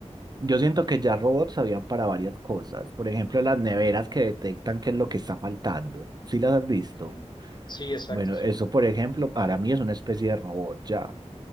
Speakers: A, on the right; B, on the left.
A: yo siento que ya robots habían para varias cosas, por ejemplo, las neveras que detectan qué es lo que está faltando, si las has visto?
B: Ujú. Sí, exacto,
A: Bueno,
B: sí.
A: eso, por ejemplo, para mí es una especie de robot ya,